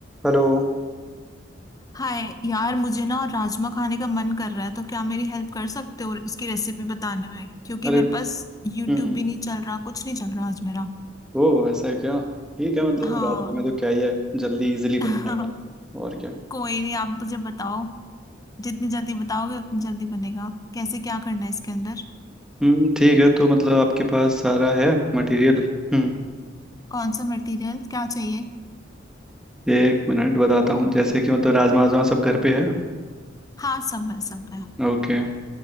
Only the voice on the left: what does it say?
हाय यार मुझे ना राजमा खाने का मन कर रहा है तो क्या मेरी हेल्प कर सकते हो उसकी रेसिपी बताने में क्योंकि
मेरे पास यूट्यूब
भी नहीं चल रहा कुछ नहीं चल रहा आज मेरा
हाँ
<laughs>
कोई नहीं आप मुझे बताओ जितनी जल्दी बताओगे उतनी जल्दी बनेगा कैसे क्या करना है इसके अंदर
कौन सा मटेरियल क्या चाहिए
हाँ सब है सब है